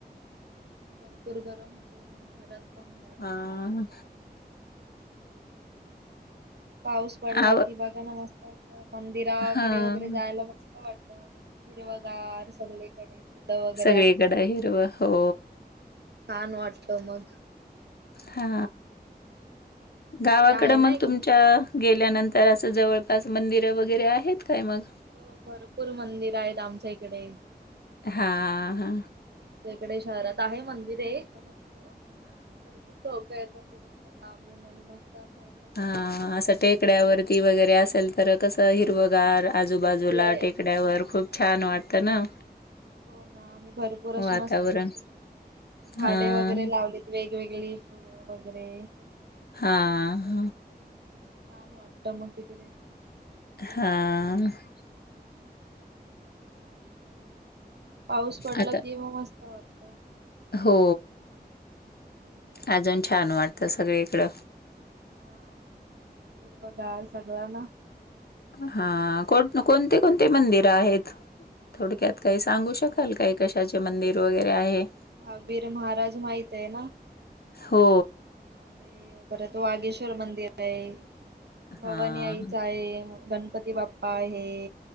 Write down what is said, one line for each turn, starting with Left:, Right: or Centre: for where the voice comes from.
Right: तेच मग भरपूर गरम होतोय, मग घरात पण राहायच
Left: हां,
Right: कानाच्या पाऊस पडला
Left: आव
Right: कि बघा ना मस्त! असं मंदिराकडे
Left: हां.
Right: वगैरे जायला मस्त वाटत हिरवगार सगळीकडे फुलं वगैरे
Left: सगळीकडे
Right: असतात
Left: हिरव हो.
Right: छान वाटत मग
Left: हा
Right: आमच्या
Left: गावाकड
Right: इथे आहे ना
Left: मग
Right: एक
Left: तुमच्या गेल्यानंतर तर असं जवळपास मंदिरं वगैरे आहेत. काय मग?
Right: हो भरपूर मंदिर आहेत आमच्या इकडे.
Left: हा हा.
Right: इकडे शहरात आहे मंदिर आहे एक मस्त भरपूर लोक येतात. तिकडे पण लांबून आणि मस्त असं समोर
Left: हा
Right: अंगण आहे.
Left: असं टेकड्यावरती वगैरे असेल तर कस हिरव
Right: हा त्याच
Left: कार आजूबाजूला
Right: साईडला आहे.
Left: टेकण्या्यावर खूप छान वाटतं ना.
Right: हो ना आणि भरपूर अशी
Left: वातावरण.
Right: मस्त मस्त झाडे
Left: हां,
Right: वगैरे लावलीत वेग वेगवेगळी फुलं वगैरेत
Left: हां,
Right: ह
Left: हां,
Right: छान वाटत मग तिकडे
Left: हा.
Right: पाऊस पडला
Left: आता
Right: की म मस्त वाटत.
Left: हो
Right: झालं
Left: अजून छान वाटतं सगळीकडं.
Right: हा निरवगळ सगळा ना.
Left: हा को कोणती कोणती मंदिरं आहेत थोडक्यात काही सांगू
Right: अ
Left: शकाल काही कशाचे मंदिर वगैरे आहे.
Right: दहाबीर महाराज माहित आहे ना.
Left: हो.
Right: हा ते परत वागेश्वर मंदिर आहे
Left: हां,
Right: भवनी आईचं
Left: हां.
Right: आहे. गणपती बाप्पा आहे